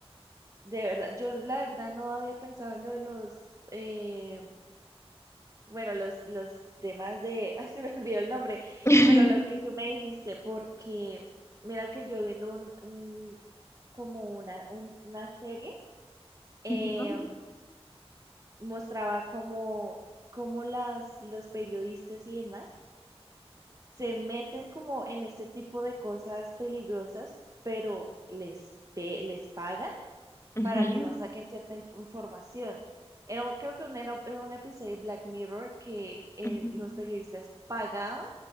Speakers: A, on the right (about 35°); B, on the left (about 25°).
A: De verdad, yo la verdad no había pensado en lo de los, eh, bueno, los, los temas de, <laughs> ay, se me olvidó el nombre,
B: <laughs>
A: bueno, lo que tú me dijiste, porque mira que yo viendo un, un- como una, un- una serie, eh,
B: Ujú,
A: mostraba como, como las, los periodistas y demás se meten como en este tipo de cosas peligrosas, pero les, pe- les pagan
B: ujú,
A: para que no saquen cierta in- información. Era, un- creo que un- era, era un episodio de Black Mirror que eh,
B: ujú,
A: los periodistas pagaban